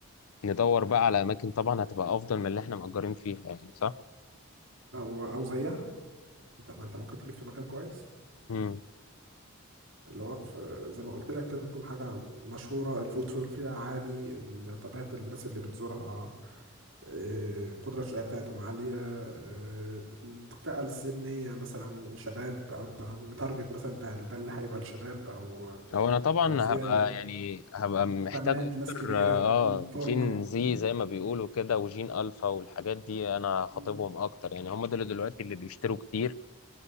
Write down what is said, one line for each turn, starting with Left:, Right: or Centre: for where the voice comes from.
Left: ندور بقى على أماكن طبعا هتبقى أفضل من اللي إحنا مأجرين فيها يعني صح؟
Right: او او زيها انت ما انت ممكن تجيب في مكان كويس
Left: مم.
Right: اللي هو في زي ما قلت لك كده تكون حاجة مشهورة الفوتفول فيها عالي ال- طبيعة الناس اللي بتزورها آه، القدرة الشرائية بتاعتهم عالية آه، الفئة السنية مثلا شباب أو أنت متارجت مثلا أنت ده اللي هيبقى الشباب أو
Left: هو انا طبعا
Right: أو فيها
Left: هبقى
Right: يبقى
Left: يعني هبقى محتاج
Right: بنات
Left: اكتر
Right: ناس كبيرة
Left: اه
Right: مم، فورمال
Left: جين زي
Right: مم،
Left: زي ما بيقولوا كده وجين الفا والحاجات دي انا خاطبهم
Right: مم،
Left: اكتر يعني هم دول دلوقتي اللي بيشتروا كتير